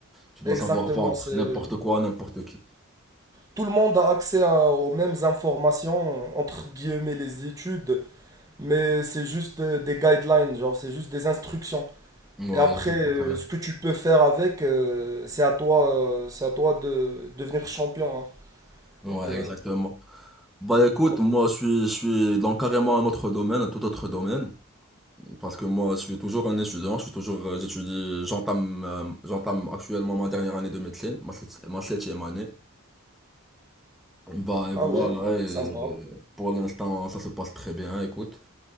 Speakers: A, in the centre; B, on the right.
A: Tu dois
B: exactement,
A: savoir vendre
B: c'est...
A: n'importe quoi, à n'importe qui.
B: Tout le monde a accès à- aux mêmes informations, entre guillemets les études, mais c'est juste euh, des guidelines, genre c'est juste des instructions.
A: Ouais,
B: Et après,
A: je comprends
B: euh,
A: très bien.
B: ce que tu peux faire avec, euh, c'est à toi, euh, c'est à toi de devenir champion. hein.
A: Ouais,
B: Donc, euh,
A: exactement. Bah écoute,
B: donc,
A: moi je suis, je suis dans carrément un autre domaine, un tout autre domaine, parce que moi je suis toujours un étudiant, je suis toujours, euh, j'étudie, j'entame, euh, j'entame actuellement ma dernière année de médecine, ma, sept- ma septième année. Bah et
B: ah
A: voilà,
B: oui,
A: et,
B: sympa.
A: euh, pour l'instant ça se passe très bien, écoute.